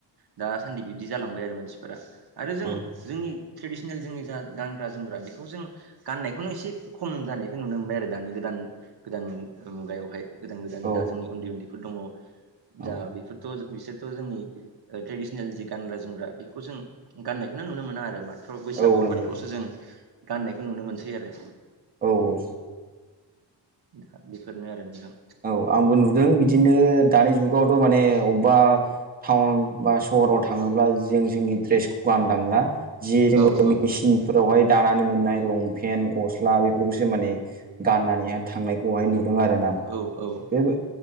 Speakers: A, on the right (about 55°); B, on the right (about 20°).
A: दासान्दि बिदि जालांबाय आरो मानसिफोरा आरो जों
B: औ
A: जोंनि ट्रेडिसिनेल जोंनि जा गानग्रा जोमग्रा बेखौ जों गाननायखौनो एसे खम जानायखौ नुनो मोनबाय आरो दानि गोदान गोदान गोदान मुगायावहाय। गोदान गोदान
B: औ
A: दा जोंनि उन्दै उन्दैफोर दङ
B: औ
A: दा बेफोरथ' बिसोरथ' जोंनि ट्रेडिसनेल जि गानग्रा जोमग्रा बेखौ जों गाननायखौनो नुनो मोना आरो दा थ' बैसागुफोरावल'सो
B: औ नंगौ
A: जों गाननायखौ नुनो मोनसै आरो
B: औ औ
A: दा बेफोरनो आरो नोंथां
B: औ आंबो नुदों बि दिनो दानि जुगावथ' माने अबेबा टाउन बा सहराव थाङोब्ला जों जों द्रेसखौ गानलांला जि जोङो
A: औ औ
B: मेसिनफोराव हाय दानानै मोननाय लंपेन गस्ला बेफोरखौसो माने गाननानैहाय थांनायखौहाय नु यो आरोना
A: औ औ
B: बे-बे